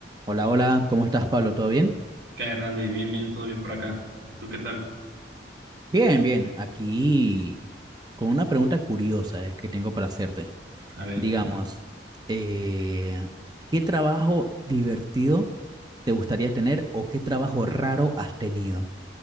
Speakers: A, on the right; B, on the right.
A: Hola, hola, ¿cómo estás, Pablo? ¿Todo bien?
B: ¿Qué hay, Randy? Bien, bien, todo bien por acá. ¿Y tú qué tal?
A: Bien, bien. Aquí con una pregunta curiosa eh, que tengo para hacerte.
B: A ver.
A: Digamos, eh, ¿qué trabajo divertido te gustaría tener o qué trabajo raro has tenido?